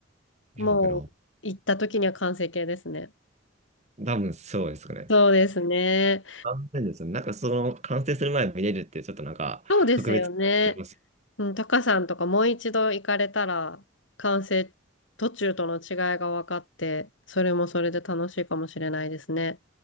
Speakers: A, on the left; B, on the right.
A: もう行った時には完成形ですね。
B: いや、けど、多分そうですかね。
A: そうですね。
B: 残念ですね。なんかその完成する前に見れるってちょっとなんか特別あります。
A: そうですよね。うん、タカさんとかもう一度行かれたら完成途中との違いが分かって、それもそれで楽しいかもしれないですね。